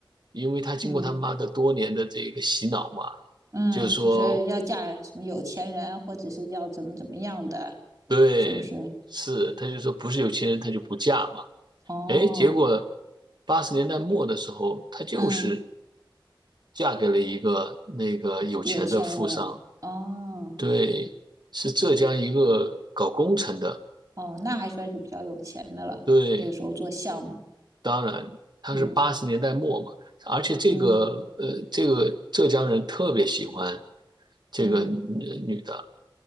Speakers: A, on the right; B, on the right.
A: 因为她经过她妈的多年的这个洗脑嘛，
B: 嗯嗯，
A: 就是说
B: 就是要嫁什么有钱人，或者是要怎么怎么样的，
A: 对，
B: 是不是？
A: 是，她就说不是有钱人她就不嫁嘛。
B: 哦，
A: 哎，结果八十年代末的时候，她就是
B: 嗯，
A: 嫁给了一个那个有钱的富商，
B: 有钱人，哦
A: 对，是浙江一个搞工程的，
B: 哦，那还算是比较有钱的了。
A: 对，
B: 那个时候做项目，
A: 当然他是八十年代末嘛，
B: 嗯
A: 而且这个呃，
B: 嗯
A: 这个浙江人特别喜欢这个女女的，
B: 嗯，